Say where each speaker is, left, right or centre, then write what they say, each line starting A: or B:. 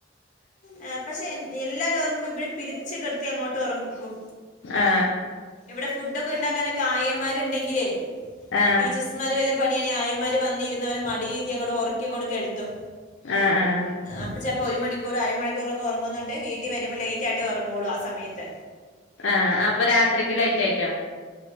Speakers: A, on the left (about 40°); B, on the left (about 70°).
A: ആ പക്ഷെ എല്ലാരും ഉറങ്ങുമ്പോ ഇവിടെ പിടിച്ച് കിടത്തി അങ്ങോട്ട് ഒറക്കും
B: ആ
A: വിടെ ഫുഡൊക്കെ ഉണ്ടാക്കാനൊക്കെ ആയമാരുണ്ടെങ്കിലേ
B: ആ
A: ടീച്ചേഴ്സ്മാര് വല്ല പണിയാണെ ആയമാര് വന്നിരുന്നവരെ മടിയീരത്തി അങ്ങോട്ട് ഒറക്കി അങ്ങോട്ട് കെടുത്തും
B: ആ ആ
A: അപ്പൊ ചപ്പോ ഒരു മണിക്കൂർ അര മണിക്കൂറക്കെറങ്ങുന്നുണ്ട് വീട്ടിൽ വരുമ്പോ ലേറ്റ് ആയിട്ടോറങ്ങുള്ളൂ ആ സമയത്ത്
B: ആ അപ്പൊ രാത്രിക്ക് ലെയ്റ്റായിറ്റോ.